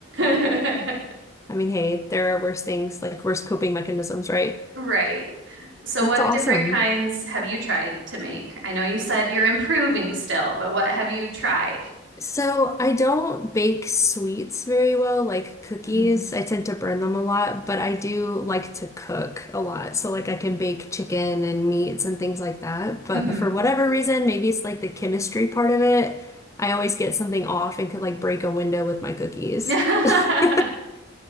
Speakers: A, on the right; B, on the left.
A: <laughs>
B: mean, hey, there are worse things, like worse coping mechanisms, right?
A: Right. So,
B: That's
A: what
B: awesome.
A: different kinds have you tried to make? I know you said you're improving still, but what have you tried?
B: So I don't bake sweets very well, like cookies.
A: Mhm.
B: I tend to burn them a lot, but I do like to cook a lot. So like I can bake chicken and meats and things like that. But
A: hmm
B: for whatever reason, maybe it's like the chemistry part of it. I always get something off and could like break a window with my cookies.
A: <laughs>
B: <laughs>